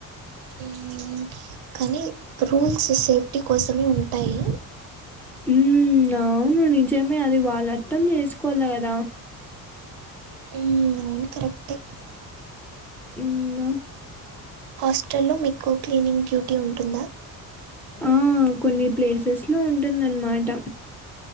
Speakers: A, on the right (about 75°); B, in the centre.
A: హ్మ్ కానీ రూల్స్ సేఫ్టీ కోసమే ఉంటాయి
B: మ్మ్ అవ్ను నిజమే అది వాళ్ళర్థం చేస్కోవాల కదా
A: అవ్ను కరెక్టే
B: ఇంగా
A: హాస్టల్లో మీక్కు క్లీనింగ్ డ్యూటీ ఉంటుందా
B: ఆ కొన్ని ప్లేసెస్లో ఉంటుందన్మాట